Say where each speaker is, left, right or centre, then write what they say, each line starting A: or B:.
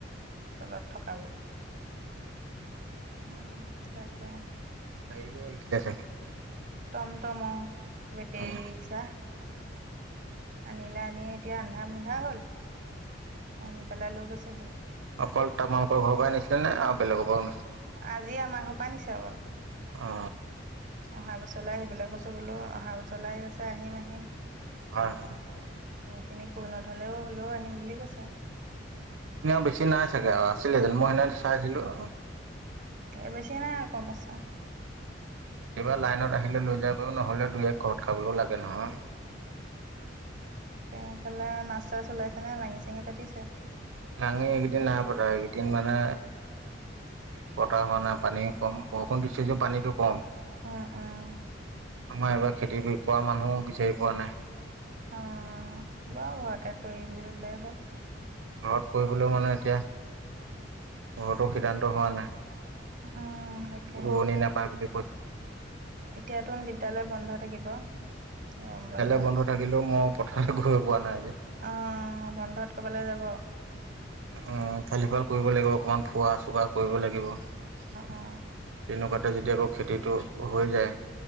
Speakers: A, on the right; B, on the right.
A: তলত থকাবোৰ উম, তাকে
B: কাইল আহিছিলিলে চাগে।
A: টম টম বেটৰী
B: উম
A: ৰিক্সা আনে আ এতিয়া অন্ধা মুন্ধা হ'ল আনি পেলাই লৈ গৈছেহি। অ'
B: অকল তোমালোকৰ ঘৰৰ পৰাই নিছিলে নে আৰু বেলেগৰ পৰাও নিছিলে
A: আজি আমাৰ ঘৰ পৰা নিছে অকল
B: অ
A: অহা বছৰলৈ আহিবলৈ কছোং বোলো অহা বছৰলৈ আহি কৈছে আহিম আহিম।
B: হয়, হয়।
A: সেইখিনি পৰিণত হ'লেও হ'লেও আহিম বুলি কৈছে।
B: বেছি নাই চাগে আৰু আছিলেনো মই এনে চাইছিলো আৰু
A: বেছি নাই কম আস
B: কেতিয়াবা লাইনত আহিলে লৈ যাব নহলে দুই এক ঘৰত খাবলৈও লাগে নহয়।
A: তাকে এইফালে মাছ চাছ ওলাইছে নে লাঙি চাঙি পাতিছে।
B: লাঙি এইকেইদিন নাই পতা এইকেইদিন মানে পতা হোৱা নাই পানীও কম বৰষুণ দৃশ যে পানীতটো কম
A: উম উম
B: আমাৰ এইবাৰ খেতি কৰা মানুহো বিচাৰি পোৱা নাই।
A: অঁ বাৰু ঘৰতে কৰিম বুলি লোই হ'ল
B: ঘত কৰিবলৈ মানে এতিয়া, ঘৰতো সিদ্ধান্ত হোৱা নাই!
A: উম, তাকে
B: ৰোৱনী নাপায় বুলি কৈছে।
A: এতিয়াতো বিদ্যালয়ৰ বন্ধ থাকিব, গৰম
B: বিদ্যালয়
A: বন্ধ
B: থাকিলেও মই পথাৰ গৈ পোৱা নাই যে
A: আহ বন্ধত কবালৈ যাব।
B: উম, কালি পৰা কৰিব লাগিব অকনমান ফোৱা চোৱা কৰিব লাগিব। তেনেকুৱাতে
A: অ
B: যেতিয়া আকৌ খেতিতটো হৈ যায়।